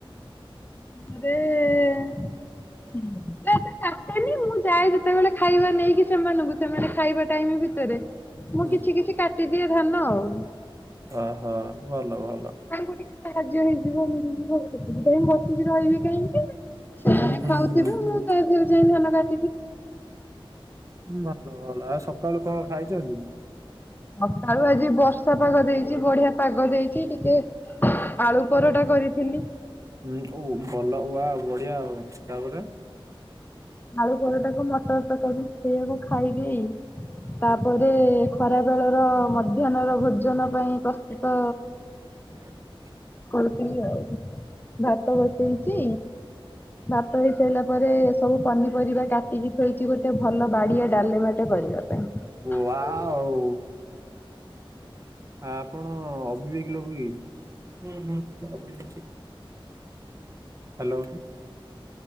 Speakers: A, on the left (about 20°); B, on the right (about 35°).
A: ଆରେ ମୁଁ ତ ଏତେ କାଟେନି ମୁଁ ଚାଏ ଯେତେବେଳେ ଖାଇବା ନେଇକି ସେମାନଙ୍କୁ ସେମାନେ ଖାଇବା ଟାଇମ ଭିତରେ ମୁଁ
B: ହୁଁ
A: କିଛି କିଛି କାଟି ଏ ଧାନ ଆଉ ।
B: ହ ହଁ ଭଲ ଭଲ ।
A: ତାଙ୍କୁ ଟିକେ ସାହାଯ୍ୟ ହେଇଯିବ ମିଳିଯିବ ସେଥିପାଇଁ କହିକି ବସିକି ରହିବି କାହିଁକି? ସେ
B: ହୁଁ ହୁଁ
A: ଖାଉଥିବେ
B: ହୁଁ
A: ମୁଁ
B: ବୁଝି
A: ତାରେ ଯାଇ ଧାନ କାଟି
B: ଭଲ ଭଲ ଆଉ ସକାଳୁ କଣ ଖାଇଚନ୍ତି?
A: ସକାଳୁ ଆଜି ବର୍ଷା ପାଗ ଦେଇଚି ବଢିଆ ପାଗ ଦେଇଚି ଟିକେ ଆଳୁ ପରଟା କରିଥିଲି ।
B: ହୁଁ ଓ ଭଲ ଆ ୱାଊ ବଢିଆ ଆଉ ତାପରେ
A: ଆଳୁ ପରଟାକୁ ମଟର ତରକାରୀ ସେଇଆକୁ ଖାଇ ଦେଇି
B: <inaudible>
A: ତାପରେ ଖରା ବେଳର ମଧ୍ୟାହ୍ନ ର ଭୋଜନ ପାଇଁ ପ୍ରସ୍ତୁତ
B: <inaudible>
A: କରିଥିଲି ଆଉ । ଭାତ ବସେଇଚି ଭାତ ବସେଇଲା ପରେ ସବୁ ପନିପରିବା କାଟିକି ଥୋଇଚ କିଛି ଗୋଟେ ଭଲ ବାଡିଆ ଡାଲେମାଟେ କରିବା ପାଇଁ ।
B: ୱାଓ ଆପଣ ଅବିବେକି ଲୋକ କି? ହାଲୋ